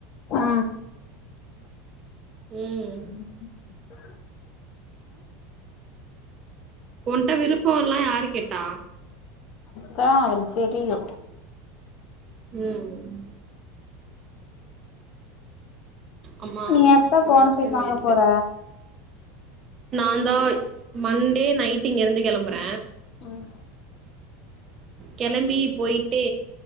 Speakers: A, on the left (about 50°); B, on the right (about 40°).
A: ஆ
B: ம்
A: <inaudible>
B: உன்ட்ட விருப்பல்லா யாரு கேட்டா
A: கோவ வந்ச்சு கியு
B: ம் அம்மா
A: நீ எப்ப போனஃபைட்
B: வயிட்டு வேற
A: வாங்க
B: வலிக்குது
A: போற
B: நான்தாய் மண்டே நைட்டு் இங்க இருந்து கெளம்புற
A: ம்
B: கெளம்பி போய்ட்டு